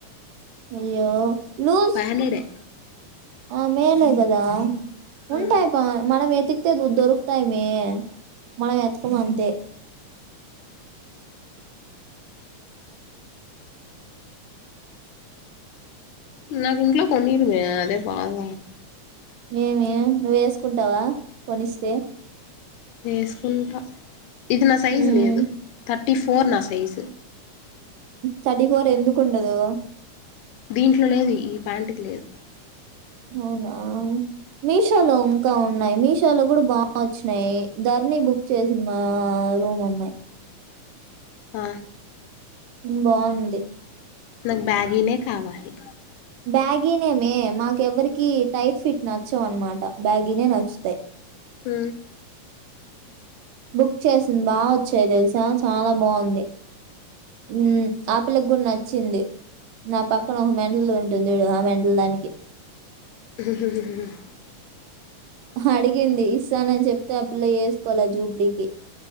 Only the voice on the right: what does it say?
అయ్యో లూజ్
ఆ మేలే గదా
ఉంటాయ్ పా మనం ఎతి తేగు దొరుకుతాయ్ మే మనం ఎతకమ్ అంతే
ఏమి నువ్వు ఎస్కుంటావా కొనిస్తే
ఉమ్
థర్టీ ఫోర్ ఎందుకుండదు
అవునా మీషో లో ఇంకా ఉన్నాయ్ మీషో లో కూడా బా వచ్చినాయి ధర్నీ బుక్ చేసింది మా మా రూమ్మమ్మాయ్
బాంది
బ్యాగీనేమే మాకు ఎవ్వరికి టైట్ ఫిట్ నచ్చవు అనమాట బ్యాగినే నచ్చుతాయి
బుక్ చేసింది బా వచ్చాయి తెలుసా చాలా బాగుంది ఉ ఆ పిల్ల కూడా నచ్చింది నా పక్కన ఒక మెంటల్ ఉంటుంది చూడు ఆ మెంటల దానికి
అడిగింది ఇస్తానని చెప్తే ఆ పిల్ల ఏసుకోలే జూబ్లీకి